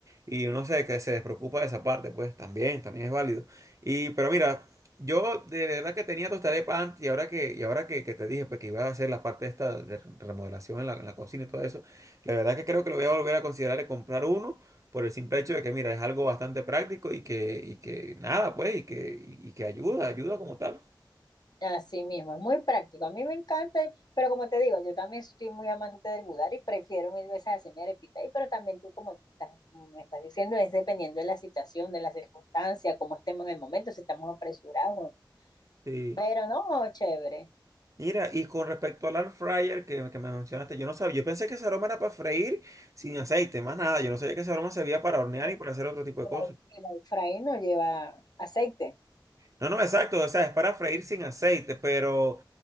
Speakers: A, on the right; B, on the left.
A: y uno se, que se despreocupa de esa parte, pues, también, también es válido. Y, pero mira, yo de verdad que tenía tostada de pan y ahora que, y ahora que, que te dije pues, que iba a hacer la parte esta de remodelación en la, en la cocina y todo eso, la verdad que creo que lo voy a volver a considerar de comprar uno por el simple hecho de que, mira, es algo bastante práctico y que, y que nada, pues, y que, y y que ayuda, ayuda como tal.
B: Así mismo, es muy práctico. A mí me encanta, y- pero como te digo, yo también soy muy amante del budar y prefiero mil veces hacer mi arepita. Y pero también tú, como estás- me estás diciendo, es dependiendo de la situación, de la circunstancia, cómo estemos en el momento, si estamos apresurados o no.
A: Sí.
B: Pero no, chévere.
A: Mira, y con respecto al air fryer que, que me mencionaste, yo no sabía, yo pensé que ese aroma era para freír sin aceite, más nada, yo no sabía que ese aroma servía para hornear
B: ¿no?
A: y para hacer otro tipo de
B: El,
A: cosas.
B: el air fry no lleva aceite.
A: No, no, exacto, o sea, es para freír sin aceite, pero...